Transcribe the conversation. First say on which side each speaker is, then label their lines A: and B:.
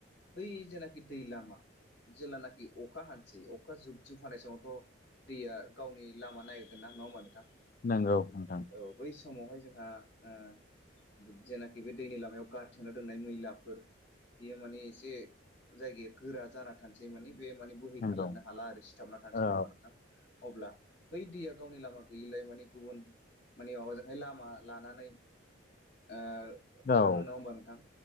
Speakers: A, on the left (about 65°); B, on the left (about 45°).
A: बै जेनाकि दै लामा जेेलानाकि अखा हानोसै अखा जुब जुब हानाय समावथ' दैया गावनि लामा नागिरगोनना नङा ओमबा नोंथां?
B: नंगौ नोंथां।
A: औ बै समावहाय जोंहा ओ गुद जेनाखि बे दैनि लामायाव गारथेना दोननाय मैलाफोर बेयो माने एसे जायगाया गोरा जाना थानोसै माने बे माने बोहैखारलांनो
B: नंगौ
A: हाला आरो सिथाबना थानोसै
B: औ
A: नङा ओमबा नोंथां? अब्ला बै दैया गावनि लामा गैयैलाय माने गुबुन माने अजोंहाय लामा लानानै ओ थाङो
B: औ
A: नङा होमबा नोंथां